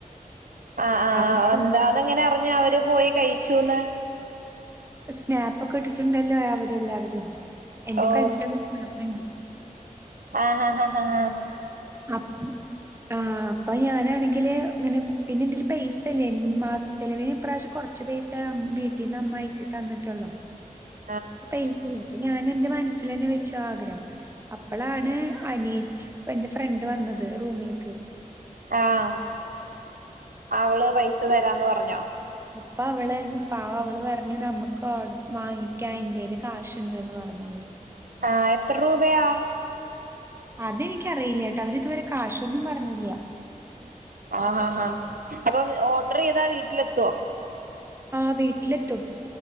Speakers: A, on the right; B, on the right.
A: ആ ആ
B: അപ്പൊ
A: എന്താ അതെങ്ങനെ അറിഞ്ഞു അവര് പോയി കഴിച്ചുന്ന്
B: സ്നാപ്പ് ഒക്കെ ഇട്ടിട്ടുണ്ടല്ലോ അവിടെ എല്ലാവരും എന്റെ
A: ഓ
B: ഫ്രണ്ട്സനേക്ക സ്നാപ്പ് ഉണ്ട്
A: ആഹ് ഹ ഹ ആ
B: അക്ക്ണു ആ അപ്പൊ ഞാനാണെങ്കില് ഇങ്ങനെ പിന്നെ എന്റെൽ പൈസ ഇല്ലെന് മാസ. ചിലവിൻ ഇപ്രാവശ്യം കുറച്ച് കുറച്ചു പൈസ വീട്ടീ നിന്ന് അമ്മയിച്ചി തന്നിട്ടുള്ളു
A: അ
B: അപ്പോ പ്പ ഞാൻ എന്റെ മനസ്സൽ തന്നെ വെച്ച് ആഗ്രഹം അപ്പളാണ് അനിയൻ ഫ്രണ്ട് വന്നത് റൂമിൽക്ക്
A: ആഹ് അവള് പൈസ തരാന്ന് പറഞ്ഞോ
B: ഇപ്പ അവള് പാവ അവള് പറഞ്ഞു നമ്മുക്ക് വാങ്ങിക്കാൻ എന്റൽ കാശ്ണ്ട്ന്ന് പറഞ്ഞു അവള്
A: ആ എത്ര രൂപയാ
B: അതെനിക്കറിയില്ല കേട്ടോ അവര് ഇതുവരെ കാശൊന്നും പറഞ്ഞില്ല
A: ആ ഹാ ഹാ അപ്പം ഓർഡർ ചെയ്താ വീട്ടിലെത്തുവോ
B: ആ വീട്ടിലെത്തും